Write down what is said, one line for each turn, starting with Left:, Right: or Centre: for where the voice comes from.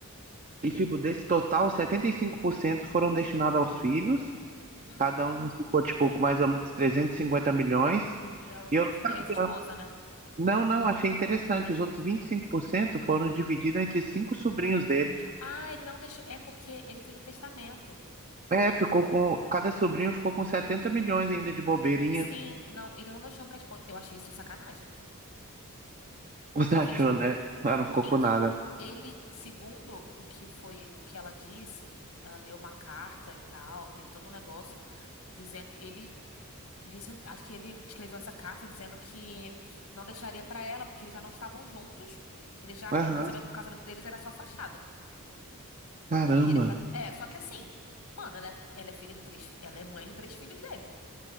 Right: E, tipo, desse total, 75% foram destinados aos filhos.
Left: Uhum.
Right: Cada um ficou, tipo,
Left: Sim.
Right: com mais ou menos 350 milhões.
Left: E a outra
Right: E eu não
Left: e
Right: sabia.
Left: a ex-esposa, né?
Right: Não, não, achei interessante. Os outros 25% foram divididos entre cinco sobrinhos dele.
Left: Ah, ele não deixou. É porque ele fez um testamento.
Right: É, ficou com. Cada sobrinho ficou com 70 milhões ainda de bobeirinha.
Left: Sim, não, ele não deixou pra esposa. Eu achei isso sacanagem.
Right: Você
Left: Porque,
Right: achou,
Left: tipo,
Right: né? Ela não ficou
Left: então,
Right: com nada.
Left: ele, segundo o que foi, o que ela disse, ela leu uma carta e tal, teve todo um negócio dizendo, ele disse, acho que ele escreveu essa carta dizendo que não deixaria pra ela, porque eles já não estavam juntos. Ele já,
Right: Aham,
Left: é, o casamento, o casamento deles era só fachada.
Right: caramba.
Left: E ele já, é, só que assim, mano, ela é, ela é filha de três, ela é mãe de três filhos dele.